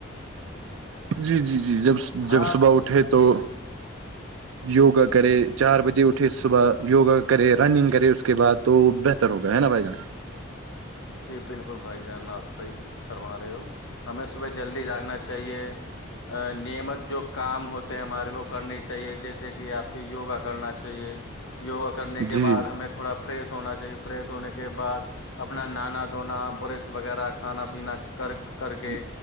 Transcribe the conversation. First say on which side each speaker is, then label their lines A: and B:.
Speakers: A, on the right; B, on the left.
A: جی جی جی جب
B: ہاں
A: جب صبح اٹھے تو
B: جی
A: یوگا کرے چار بجے اٹھے صبح یوگا کرے رننگ کرے اٹ اس کے بعد تو بہتر ہو گیا ہے نا بھائی جان
B: جی بالکل بھائی جان آپ صحیح فرما رہے ہو ہمیں صبح جلدی جاگنا چاہیے نعمت جو کام ہوتے ہیں ہمارے وہ کرنی چاہیے جیسے کہ آپ کو یوگا کرنا چاہیے یوگا کرنے کے
A: جی
B: بعد ہمیں تھوڑا فریش ہونا چاہیے فریش ہونے کے بعد اپنا نہانا دھونا برش وغیرہ کھانا پینا کرک کر
A: جی
B: کے